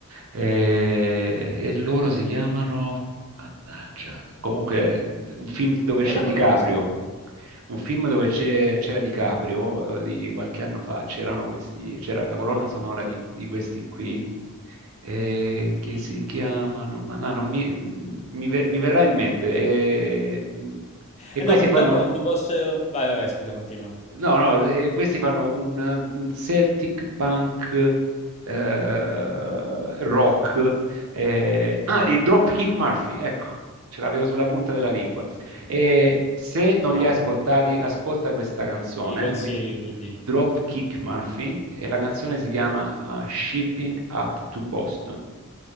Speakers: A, on the right (about 65°); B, on the left (about 30°).
A: Eh, E, loro si chiamano, mannaggia, comunque un film dove c'è
B: Non la
A: DiCaprio,
B: conosco, però.
A: un film dove c'è- c'era DiCaprio, eh, di qualche anno fa, c'erano questi, c'era la colonna sonora di, di questi qui, eh, che
B: Mm.
A: si chiamano, ma no, non mi, mi ve- mi verrà in mente, eh, e
B: Eh
A: questi
B: no, purtroppo
A: fanno...
B: non ti posso... Vai, vai, vai, scusa, continua.
A: No, no, eh, questi fanno un, un Celtic punk eh, rock. eh, ah, i Dropkick Murphy, ecco, ce l'avevo sulla punta della lingua. E se non
B: Smartphone.
A: li hai ascoltati, ascolta questa canzone,
B: Me li consigli,
A: quindi
B: quindi.
A: Dropkick Murphy, e la canzone si chiama ah, Shipping Up to Boston.